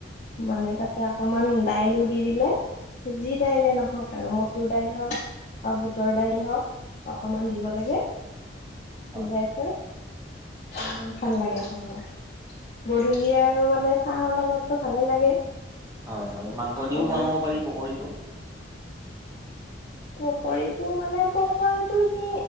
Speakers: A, on the left; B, on the right.
A: মানে তাতে অকমান দাইলো দি দিলে, যি দাইলে নহওক আৰু মচুৰ দাইল হওক বা বুটৰ দাইল হওক অকমান দিব লাগে সিজাই
B: হয়
A: থয়। উম, ভাল লাগে খাব। গধূলি আৰু মানে চাহৰ লগতো ভালে লাগে।
B: হয়-হয় মাংস
A: অকমান
B: দিও বনাব পকৰীটো।
A: পকৰীটো মানে পকৰীতো সি